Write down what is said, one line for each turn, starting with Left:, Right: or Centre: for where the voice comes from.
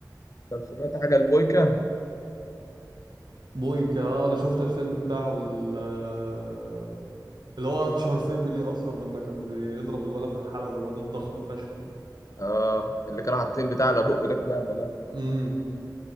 Left: طب سمعت حاجه البويكا
Right: بويكا اه انا شفت الفيلم بتاعه ال- آه، اللي هو اشهر فيلم ليه اصلا لما كان بيضرب الولا في الحلبه الواد الضخم فشخ ده
Left: اه اللي كانوا حاطين بتاع على بقه ده كمامه ده
Right: امم